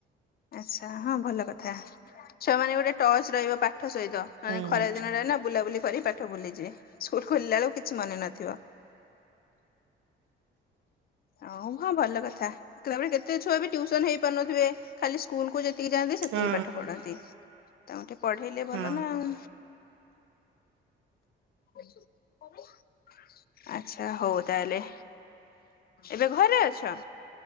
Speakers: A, on the left; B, on the right.
A: ଆଚ୍ଛା ହଁ, ଭଲ କଥା ଛୁଆ ମାନେ ଗୋଟେ ଟଚ୍ ରହିବ ପା ପାଠ ସହିତ
B: ହୁଁ
A: ମାନେ ଖରା ଦିନଟା ନା ବୁଲାବୁଲି କରି ପାଠ ଭୁଲିଯିବେ, ସ୍କୁଲ ଖୋଲିଲା ବେଳକୁ କିଛି ମନେ ନଥିବ। ହଉ ହଁ ଭଲ କଥା, <inaudible> କେତେ ଛୁଆ ବି ଟ୍ୟିଉସନ ହେଇ ପାରୁନଥିବେ, ଖାଲି ସ୍କୁଲ୍ କୁ ଯ ତିକି ଯାଆନ୍ତି ସେତିକି
B: ହଁ
A: ପାଠ ପଢନ୍ତି, ତାଙ୍କୁ ଟିକେ ପଢେଇଲେ ଭଲ
B: ହଁ
A: ନା ଆଉ। ହଁ <unintelligible> ଆଚ୍ଛା, ହଉ ତାହଲେ। ଏବେ ଘରେ ଅଛ?